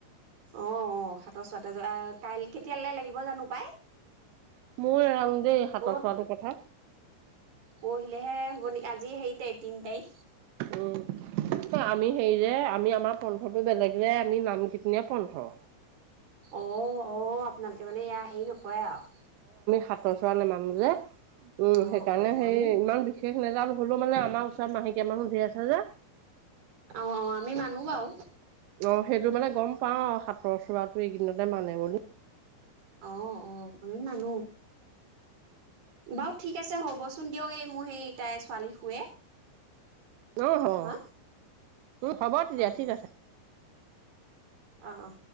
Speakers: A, on the right; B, on the right.
A: অ' অ' সাতৰ চুৱাতে যোৱা অ <unintelligible> কেতিয়ালে লাগিব জানো পাই।
B: মোও নেজানুং দে সাতৰ
A: পৰহিলৈ
B: চুৱাটোৰ কথা।
A: পৰহিলেহে হ'ব নেকি আজি হেই টাইখ তিন তাইখ।
B: উম আমি হেৰি যে আমি আমাৰ <unintelligible> বেলেগ যে আমি নাম কীৰ্ত্তনীয়া পন্থ।
A: অ'। অ' আপোনালোকে মানে এয়া হেৰি নকৰে আৰু
B: সাতৰ চুৱা নেমানো যে। উম
A: অ',
B: সেইকাৰণে
A: অ',
B: হেই
A: আমি
B: ইমান বিশেষ নেযানো। হ'লো মানে আমাৰ ওচৰত মাহেকীয়া মানুহ ধেৰ আছে যে,
A: অ', অ', আমি মানো বাৰু
B: অ' সেইটো মানে গম পাও। তৰ চুৱাটো এইকেইদিনতে মানে বুলি
A: অ' অ' আমি মানো। বাৰু ঠিক আছে হ'বচোন দিয়ক এই মোৰ সেই তাইৰ ছোৱালী শুৱে
B: অ' হ'।
A: হা
B: <unintelligible> হ'ব তেতিয়া
A: অ',
B: ঠিক
A: অ', অ',
B: আছে। <inaudible>
A: অ অহ